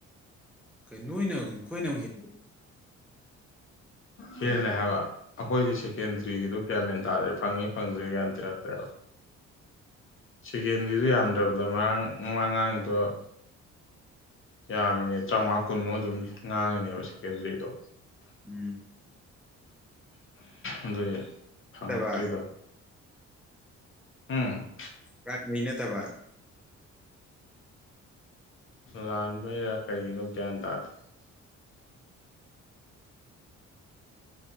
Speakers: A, in the centre; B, on the left.
A: ꯀꯩ ꯅꯣꯏꯅꯣꯏꯅ ꯍꯦꯟꯕꯔꯣ ꯑꯈꯣꯏꯗꯥꯒꯤ꯫
B: ꯍꯦꯂ ꯍꯥꯏꯕ ꯑꯩꯈꯣꯏꯗꯤ ꯁꯦꯀꯦꯟꯗ꯭ꯔꯤꯒꯤꯗꯨ ꯒꯌꯥꯃꯦꯟ ꯇꯥ꯭ꯔꯦ ꯐꯪꯉꯤ ꯐꯪꯗ꯭ꯔꯦ ꯀꯒꯌꯥꯟ ꯇꯥ ꯌꯥꯗ꯭ꯔꯦꯕ꯫ ꯁꯦꯀꯦꯟꯗꯔꯤꯗꯨꯣ ꯌꯥꯝꯗ꯭ꯔꯕꯗ ꯃꯥꯥꯡ ꯃꯥꯡꯉꯥꯡꯉꯗꯣ ꯌꯥꯃꯤꯅꯦ ꯇꯔꯥꯃꯉꯥ ꯀꯨꯟꯃꯨꯛ ꯑꯗꯨꯝ ꯉꯥꯡꯉꯤꯅꯦꯕ ꯁꯦꯀꯦꯟꯗꯔꯤꯗꯣ
A: ꯎꯝ
B: ꯑꯗꯨ ꯐꯪꯉꯛꯇ꯭ꯔꯤꯗꯣ
A: ꯅꯠꯇꯕ
B: ꯎꯝ
A: ꯀꯥꯟꯉꯩ ꯅꯠꯇꯕ
B: ꯂꯥꯟꯕꯩꯔꯥ ꯀꯩꯒꯤꯅꯣ ꯒ꯭ꯌꯥꯟ ꯇꯥꯗꯦ꯫